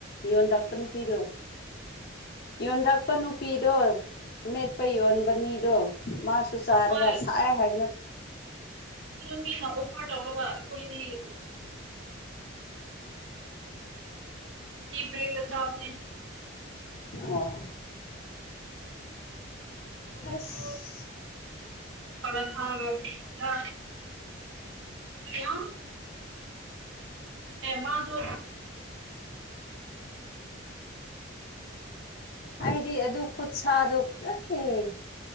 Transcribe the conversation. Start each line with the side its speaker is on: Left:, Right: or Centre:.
Left: ꯌꯣꯟꯗꯛꯄ ꯅꯨꯄꯤꯗꯣ ꯌꯣꯟꯔꯛꯄ ꯅꯨꯄꯤꯗꯣ ꯑꯃꯦꯠꯄ ꯌꯣꯟꯕ ꯃꯤꯗꯣ ꯃꯥ ꯁꯨꯁꯔꯒ
Right: ꯍꯣꯏ
Left: ꯁꯍ
Right: ꯑꯗꯨ
Left: ꯍꯥꯏ
Right: ꯑꯗꯨ ꯃꯤꯅ ꯑꯣꯐꯔ ꯇꯧꯅꯕ ꯑꯩꯈꯣꯏꯅꯤ ꯎꯝ ꯀ ꯭ꯔꯦꯗ ꯆꯅꯦ
Left: ꯑꯣ
Right: ꯑꯈꯁꯨ
Left: ꯑꯁ
Right: ꯀꯔ ꯊꯥ ꯁꯌꯥ ꯑꯦꯃꯗꯣ
Left: ꯑꯩꯗꯤ ꯑꯗꯨ ꯈꯨꯠꯁꯗ ꯑꯦ